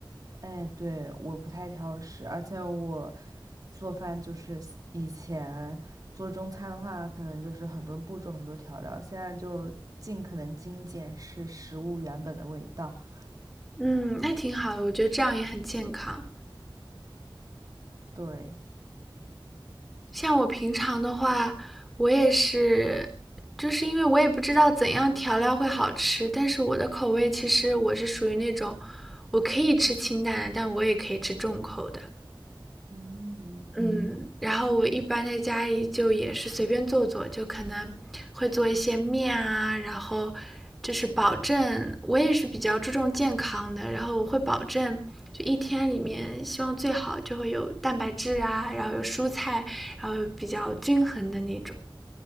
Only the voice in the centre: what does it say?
嗯，那挺好的，我觉得这样也很健康。
像我平常的话，我也是，就是因为我也不知道怎样调料会好吃，但是我的口味其实我是属于那种，我可以吃清淡的，但我也可以吃重口的。
嗯。嗯然后我一般在家里就也是随便做做，就可能会做一些面啊，然后就是保证我也是比较注重健康的，然后我会保证就一天里面希望最好就会有蛋白质啊，然后有蔬菜，然后比较均衡的那种。